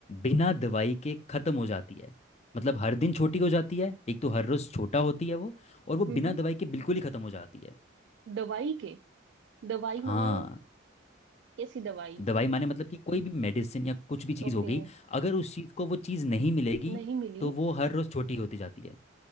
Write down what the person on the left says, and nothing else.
बिना दवाई के ख़त्म हो जाती है मतलब हर दिन छोटी हो जाती है एक तो हर रोज़ छोटा होती है वो और वो
बिना
दवाई के बिल्कुल ही ख़त्म हो जाती है
हाँ
दवाई माने मतलब कि कोई भी मेडिसिन या कुछ भी चीज़
हो गई अगर उस चीज़ को वो चीज़ नहीं मिलेगी
तो वो हर रोज़ छोटी होती जाती है